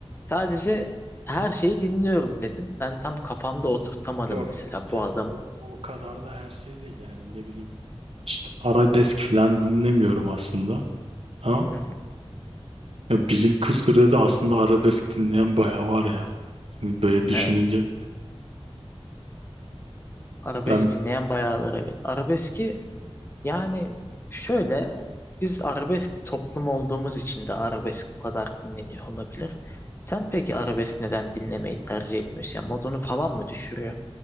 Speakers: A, on the left; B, on the right.
A: Sadece her şeyi dinliyorum dedin. Ben tam kafamda
B: Yok,
A: oturtamadım
B: yok
A: mesela
B: ya
A: bu adamı.
B: o, o kadar da her şey değil yani ne bileyim işte arabesk falan dinlemiyorum aslında ama
A: Hı hı.
B: ya bizim kültürde de aslında arabesk dinleyen bayağı var ya şimdi böyle düşününce
A: Evet. Arabesk
B: ben
A: dinleyen bayağı var evet. Arabeski yani şöyle biz arabesk bir toplum olduğumuz için de arabesk bu kadar dinleniyor olabilir. Sen peki arabesk neden dinlemeyi tercih etmiyorsun? Yani modunu falan mı düşürüyor?